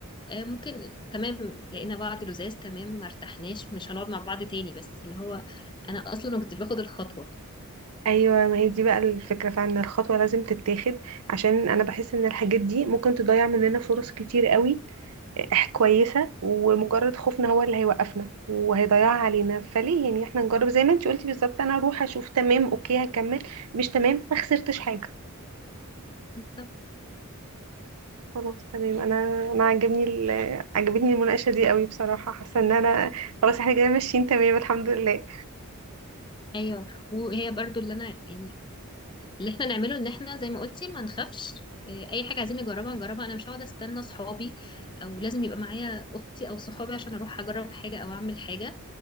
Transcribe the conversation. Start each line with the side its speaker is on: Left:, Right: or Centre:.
Left: آه، ممكن تمام لقينا بعض لزاز تمام ما ارتحناش مش هنقعد مع بعض تاني بس اللي هو انا اصلا ما كنتش باخد الخطوه
Right: ايوه ما هي دي بقى الفكره فعلا إن الخطوه لازم تتاخد عشان انا بحس ان الحاجات دي ممكن تضيع مننا فرص كتير قوي إح كويسه ومجرد خوفنا هو اللي هيوقفنا وهيضيعها علينا فليه يعني احنا نجرب زي ما انت قلتي بالظبط انا اروح اشوف تمام اوكي هكمل مش تمام ما خسرتش حاجه
Left: بالظبط
Right: خلاص تمام انا انا عجبني ال... عجبتني المناقشه دي قوي بصراحه حاسه ان انا خلاص احنا كده ماشيين تمام الحمد لله
Left: ايوه وهي برضو اللي انا يعني اللي احنا نعمله ان احنا زي ما قلتي ما نخافش إيه، اي حاجه عايزين نجربها نجربها انا مش هقعد استنى صحابي او لازم يبقى معايا اختي او صحابي عشان اروح اجرب حاجه او اعمل حاجه